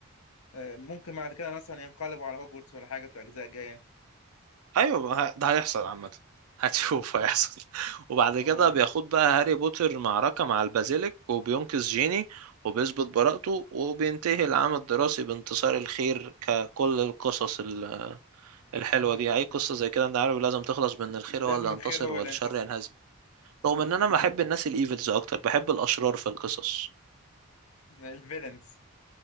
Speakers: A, on the left; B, on the right.
A: آه، ممكن بعد كده مثلا ينقلبوا على هوجورتس ولا حاجة في الأجزاء الجاية
B: ايوه ما ه- ده هيحصل عامه هتشوف هيحصل <laughs> وبعد كده
A: هو
B: بياخد بقى هاري بوتر معركة مع البازيليك وبينقذ جيني وبيثبت براءته وبينتهي العام الدراسي بانتصار الخير ككل القصص ال- الحلوة
A: آه
B: دي أي قصة زي كده أنت عارف لازم تخلص بأن الخير
A: لازم
B: هو اللي ينتصر
A: الخير هو
B: والشر
A: اللي ينتصر
B: ينهزم رغم إن أنا بحب الناس الإيفلز أكتر بحب الأشرار في القصص
A: الفيلنز